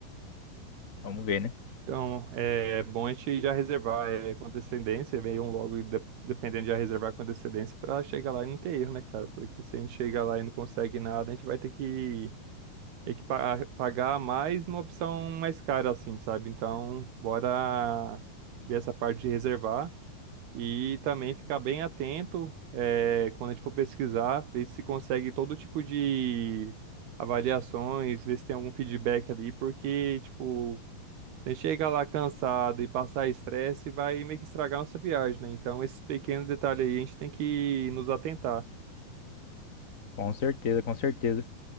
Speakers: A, on the left; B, on the right.
A: vamos ver, né?
B: Então, é bom a gente já reservar é, com antecedência, venham logo, e de- dependendo, já reservar com antecedência para chegar lá e não ter erro, né, cara? Porque se a gente chegar lá e não consegue nada, a gente vai ter que, ter que pa- pagar mais numa opção mais cara, assim, sabe? Então, bora ver essa parte de reservar e também ficar bem atento é, quando a gente for pesquisar, ver se consegue todo tipo de avaliações, ver se tem algum feedback ali, porque, tipo. Você chega lá cansado e passar estresse, vai meio que estragar nossa viagem, né? Então, esses pequenos detalhes aí a gente tem que nos atentar.
A: Com certeza, com certeza.